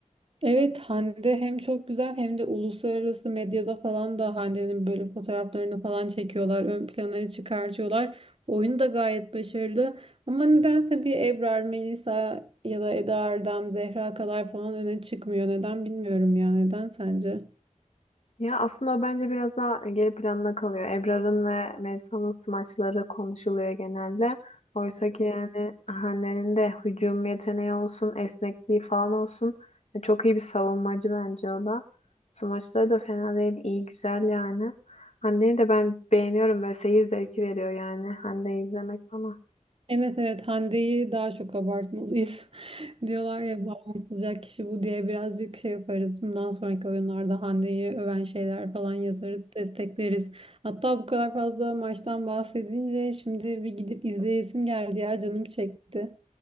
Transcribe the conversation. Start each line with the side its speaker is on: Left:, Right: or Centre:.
Right: Evet Hande hem çok güzel hem de uluslararası medyada falan da Hande'nin böyle fotoğraflarını falan çekiyorlar. Ön plana çıkartıyorlar. Oyunu da gayet başarılı. Ama nedense bir Ebrar, Melisa ya da Eda Erdem, Zehra kadar falan öne çıkmıyor. Neden bilmiyorum ya. Neden sence?
Left: Ya aslında o bence biraz daha geri planda kalıyor. Ebrar'ın ve Melisa'nın smaçları konuşuluyor genelde. Oysa ki yani Hande'nin de hücum yeteneği olsun, esnekliği falan olsun. E, Çok iyi bir savunmacı bence o da. Smaçları da fena değil, iyi güzel yani. Hande'yi de ben beğeniyorum. Böyle seyir zevki veriyor yani Hande'yi izlemek bana.
Right: Evet evet Hande'yi daha çok abartmalıyız. Diyorlar ya bağlanılacak kişi bu diye birazcık şey yaparız. Bundan sonraki oyunlarda Hande'yi öven şeyler falan yazarız, destekleriz. Hatta bu kadar fazla maçtan bahsedince şimdi bir gidip izleyesim geldi ya canım çekti.